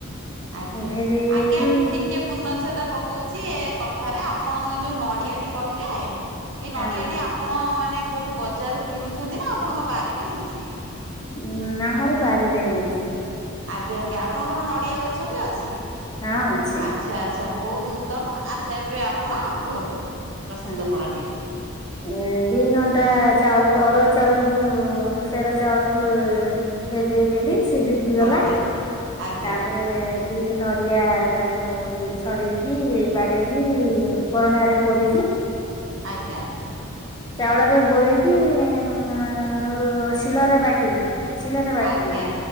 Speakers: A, on the right (about 65°); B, on the left (about 20°).
A: ଆଜ୍ଞା
B: ଭେଦେଇ ଦେଇକି
A: ଆଜ୍ଞା ମୁଁ ଟିକେ ପୂର୍ଣଛେଦ ପ ପକୋଉଚି ଏ କଥାରେ ଆପଣଙ୍କ ଯୋଉ ନଡ଼ିଆଟି କହିଲେ। ଏଇ
B: ହଁ
A: ନଡ଼ିଆଟି ଆପଣ ମାନେ କୋଉଠୁ ବଜାରରୁ କିଣୁଛନ୍ତି ନାଁ। ଆପଣଙ୍କ ବାଡ଼ିରେ ହେଇଚି।
B: ଉଁ ଆମରି ବାଡ଼ିରେ ହେଇଚି।
A: ଆଜ୍ଞା ଆଜ୍ଞା ଆପଣଙ୍କର ନଡ଼ିଆ ଗଛ ବି ଅଛି।
B: ହଁ ଅଛି
A: ଆଚ୍ଛା। ଆଚ୍ଛା ବହୁତ ଉତ୍ତମ ଆଚ୍ଛା ଏବେ ଆପଣ କୁହନ୍ତୁ। ପ୍ରସ୍ତୁତ
B: ହଁ
A: ପ୍ରଣାଳୀଟି
B: ଏ ଦି ଘଣ୍ଟା ଚାଉଳ ଅରୁଆ ଚାଉଳକୁ ସେର ଚାଉଳକୁ ଭେଦେଇ ଦେଲି ସେ ଭିଦିଗଲା।
A: ଆଜ୍ଞା। ଆଜ୍ଞା
B: ତାପରେ ଦି ଦୁଇଟି ନଡ଼ିଆ ତାକୁ ଛଡେଇକି ବାଡ଼େଇ କି କରୋନାରେ କୋରିକି।
A: ଆଜ୍ଞା
B: ଚାଉଳରେ ଗୋଳେଇକି ହେଠୁ ଶିଳରେ ବାଟିବି। ଶିଳରେ ବାଟିଲି
A: ଆଜ୍ଞା